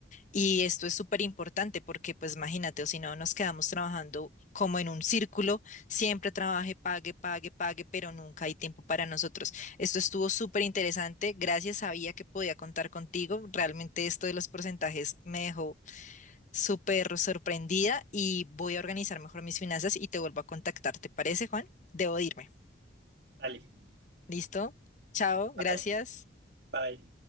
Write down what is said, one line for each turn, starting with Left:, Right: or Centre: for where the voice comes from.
Left: y esto es súper importante porque pues imagínate o si no nos quedamos trabajando como en un círculo, siempre trabaje, pague, pague, pague, pero nunca hay tiempo para nosotros. Esto estuvo súper interesante, gracias, sabía que podía contar contigo, realmente esto de los porcentajes me dejó súper sorprendida y voy a organizar mejor mis finanzas y te vuelvo a contactar. ¿Te parece, Juan? Debo de irme.
Right: Dale,
Left: ¿Listo? Chao,
Right: bye,
Left: gracias.
Right: bye.